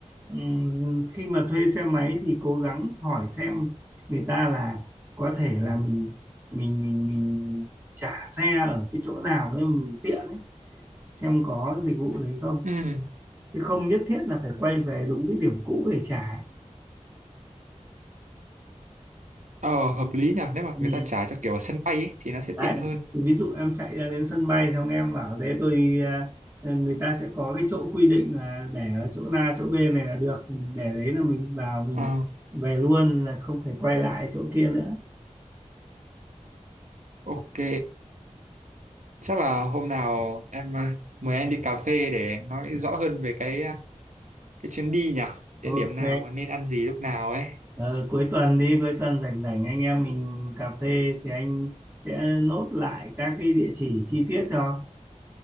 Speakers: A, on the right; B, on the right.
A: Ừm, khi mà thuê xe máy thì cố gắng hỏi xem người ta là có thể là mình mình mình mình trả xe ở cái chỗ nào để mình tiện ấy xem có dịch vụ đấy không
B: Ừ. Ừ.
A: chứ không nhất thiết là phải quay về đúng cái điểm cũ để trả
B: Ờ, hợp lý nhỉ. Nếu mà
A: ừ.
B: người ta trả cho kiểu ở sân bay ấy, thì nó sẽ
A: đấy
B: tiện hơn.
A: thì ví dụ em chạy ra đến sân bay xong em bảo thế tôi à, ờ, người ta sẽ có cái chỗ quy định là để ở chỗ A chỗ B này là được để đấy là mình vào mình
B: Ờ,
A: về luôn là không phải quay lại chỗ kia nữa
B: ok. Chắc là hôm nào em ờ, mời anh đi cà phê để nói rõ hơn về cái ờ, cái chuyến đi nhỉ. Địa
A: ok
B: điểm nào nên ăn gì lúc nào ấy.
A: Ờ, cuối tuần đi cuối tuần rảnh rảnh anh em mình cà phê thì anh sẽ nốt lại các cái địa chỉ chi tiết cho